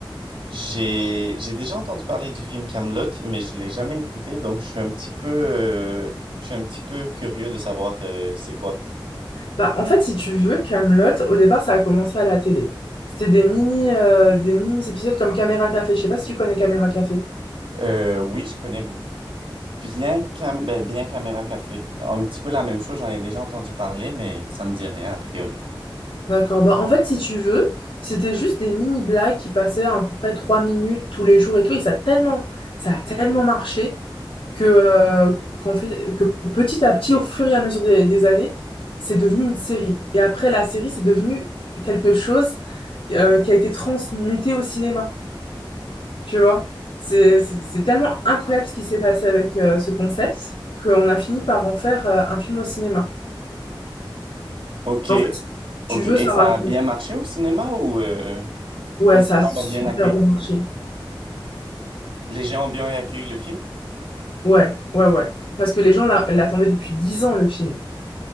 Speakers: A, on the right; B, on the left.
A: j'ai j'ai déjà entendu parler du film Kaamelott, mais je l'ai jamais écouté, donc je suis un petit peu euh, je suis un petit peu curieux de savoir euh, c'est quoi.
B: bah, en fait, si tu veux, Camelot, au départ, ça a commencé à la télé. C'était des mini, euh, des mini épisodes comme Caméra Café. Je sais pas si tu connais Caméra Café.
A: Euh, oui, je connais bien Cam ben, bien Caméra Café. Un petit peu la même chose, j'en ai déjà entendu parler, mais ça me dit rien a priori.
B: D'accord. Bah, en fait, si tu veux, c'était juste des mini-blagues qui passaient à, à peu près trois minutes tous les jours et tout. Et ça a tellement, ça a tellement marché que, euh, qu'on fait, que petit à petit, au fur et à mesure des, des années, c'est devenu une série. Et après, la série, c'est devenu quelque chose euh, qui a été transmuté au cinéma. Tu vois? C'est, c'est, c'est tellement incroyable ce qui s'est passé avec euh, ce concept qu'on a fini par en faire euh, un film au cinéma.
A: Ok,
B: En fait, si tu
A: ok.
B: veux,
A: Et
B: ça
A: ça
B: raconte.
A: a bien marché au cinéma ou euh,
B: Ouais,
A: comme
B: ça
A: les
B: a
A: gens
B: super
A: l'ont bien accueilli?
B: bien marché.
A: Les gens ont bien accueilli le film?
B: Ouais, ouais, ouais. Parce que les gens l'a- l'attendaient depuis 10 ans, le film.